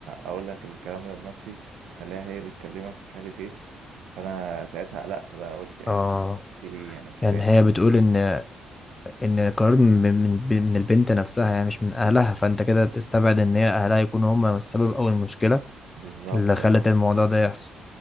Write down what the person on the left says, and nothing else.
اه
يعني هي بتقول ان ان القرار من من من البنت نفسها يعني مش من اهلها فانت كده تستبعد ان هي اهلها يكونوا هم السبب او المشكله
اللي خلت
الموضوع ده يحصل